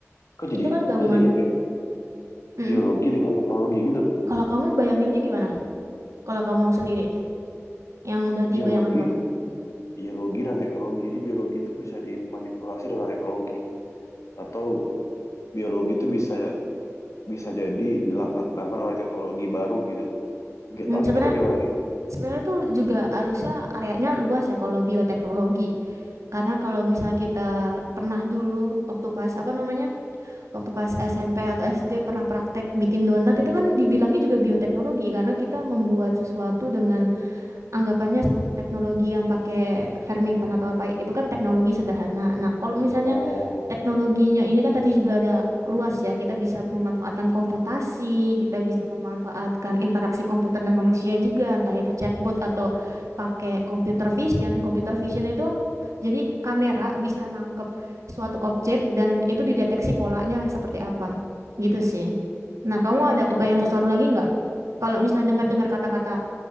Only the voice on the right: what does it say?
itu kan gabungan.
Mm-mm.
Kalau kamu bayanginnya gimana? Kalau kamu sendiri, yang udah di
bayangan kamu.
Hmm, sebenarnya
sebenarnya tuh juga harusnya areanya luas ya kalau bioteknologi. Karena kalau misal kita pernah dulu waktu pas apa namanya? Waktu pas SMP atau SD pernah praktek bikin donat itu kan dibilangnya juga bioteknologi karena kita membuat sesuatu dengan anggapannya suatu teknologi yang pakai Fermipan atau apa itu kan teknologi sederhana. Nah, kalau misalnya
teknologinya ini kan tadi juga ada luas ya, kita bisa memanfaatkan komputasi, kita bisa memanfaatkan interaksi komputer dan manusia juga, entah itu chatbot atau pakai computer vision. Computer vision itu jadi kamera bisa nangkep suatu objek dan itu dideteksi polanya seperti apa. Gitu sih. Nah, kamu
ada
kebayang
sesuatu lagi nggak? Kalau misalnya dengar-dengar kata-kata